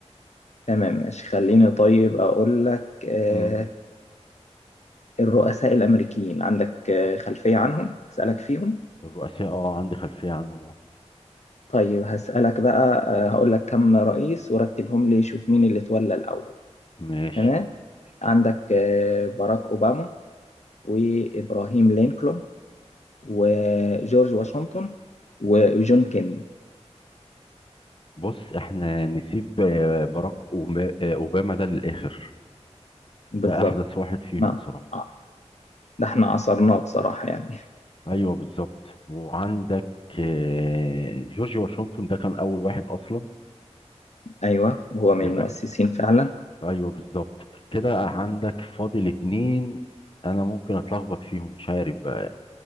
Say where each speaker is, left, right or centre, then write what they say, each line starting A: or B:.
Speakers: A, on the left; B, on the left.
A: تمام ماشي خليني طيب أقول لك آه
B: مم.
A: الرؤساء الأمريكيين عندك آه خلفية عنهم؟ أسألك فيهم؟
B: الرؤساء اه عندي خلفية عنهم اه
A: طيب هسألك بقى آه هقول لك كم رئيس ورتبهم لي شوف مين اللي اتولى الأول
B: ماشي
A: تمام عندك آه، باراك أوباما وإبراهيم لينكولن وجورج واشنطن وجون كيندي
B: بص احنا نسيب آه، باراك أوبا- آه، اوباما ده للاخر
A: بالظبط
B: ده احدث واحد فيهم
A: نعم
B: بصراحة
A: آه، ده احنا عصرناه بصراحة يعني
B: ايوه بالظبط وعندك آه، جورج واشنطن ده كان اول واحد اصلا
A: أيوه هو من
B: يبقى
A: المؤسسين
B: ك-
A: فعلا
B: ايوه بالظبط كده عندك فاضل اتنين انا ممكن اتلخبط فيهم مش عارف بقى